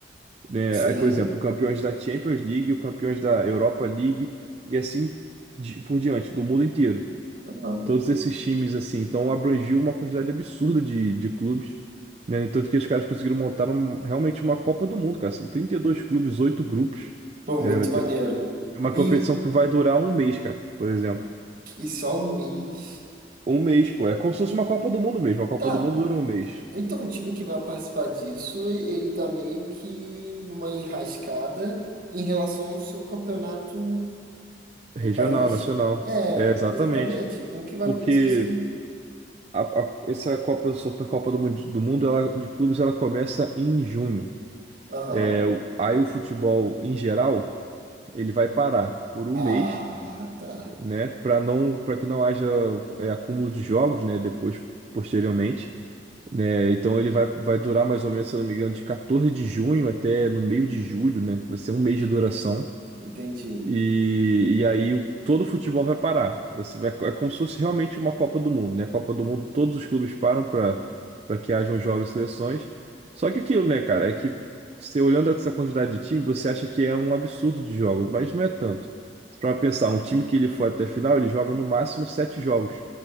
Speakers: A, on the right; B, on the right.
A: né?
B: Sim.
A: Aí, por exemplo, o campeões da Champions League, o campeões da Europa League e assim de- por diante, do mundo inteiro.
B: Aham.
A: Todos esses times, assim, então abrangiu uma quantidade absurda de, de clubes, né? No Tanto que os caras conseguiram montar um- realmente uma Copa do Mundo, cara. São 32 clubes, oito grupos.
B: Pô,
A: É,
B: muito
A: vai ter
B: maneiro.
A: uma competição
B: E,
A: que vai durar um mês, cara, por exemplo.
B: e só um mês.
A: Um mês, pô. É como se fosse uma Copa do Mundo mesmo. A Copa
B: Tá.
A: do Mundo dura um mês.
B: Então o time que vai participar disso, ele tá meio que numa enrascada em relação ao seu campeonato no
A: Regional,
B: país.
A: nacional.
B: É,
A: É, exatamente.
B: exatamente. Como que vai
A: Porque
B: acontecer isso aí?
A: a- a- essa Copa, Supercopa do, Mun- do Mundo, ela, de clubes, ela começa em junho.
B: Aham.
A: É, o- aí o futebol, em geral, ele vai parar por um
B: Ah,
A: mês,
B: tá.
A: né, para não, para que não haja é, acúmulo de jogos, né, depois, posteriormente. né? então ele vai, vai durar mais ou menos, se eu não me engano, de 14 de junho até no meio de julho, né? Vai ser um mês de duração.
B: Entendi.
A: E, e aí o- todo o futebol vai parar. Vai, ser- vai- é como se fosse realmente uma Copa do Mundo, né? A Copa do Mundo, todos os clubes param para para que hajam jogos e seleções. Só que aquilo, né, cara, é que você olhando essa quantidade de time, você acha que é um absurdo de jogos, mas não é tanto. Para pensar, um time que ele for até a final, ele joga no máximo sete jogos.